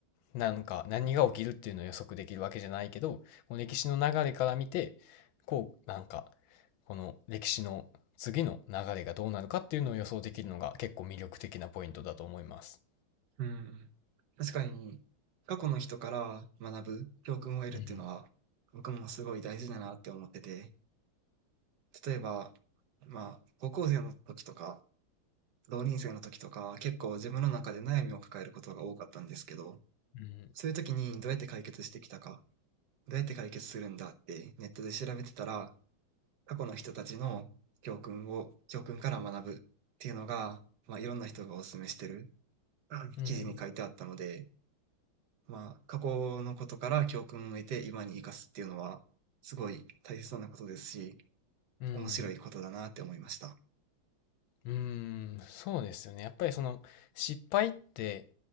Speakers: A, on the left (about 80°); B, on the right (about 65°).
A: なんか何が起きるっていうのを予測できるわけじゃないけど、この歴史の流れから見て、こう、なんか、この歴史の次の流れがどうなるかっていうのを予想できるのが結構魅力的なポイントだと思います。
B: うん。確かに、過去の人から学ぶ教訓を得るっていうのは、
A: うん。
B: 僕もすごい大事だなって思ってて、例えば、まあ、高校生の時とか、同人生の時とか、結構自分の中で悩みを抱えることが多かったんですけど、
A: うん。
B: そういう時にどうやって解決してきたか、どうやって解決するんだってネットで調べてたら、過去の人たちの教訓を、教訓から学ぶっていうのが、まあ、いろんな人がお勧めしてるうん記事に書いてあったので、
A: うん。
B: まあ、過去のことから教訓を得て今に生かすっていうのは、すごい大切なことですし、
A: うん。
B: 面白いことだなって思いました。
A: うーん、そうですよね。やっぱりその失敗って、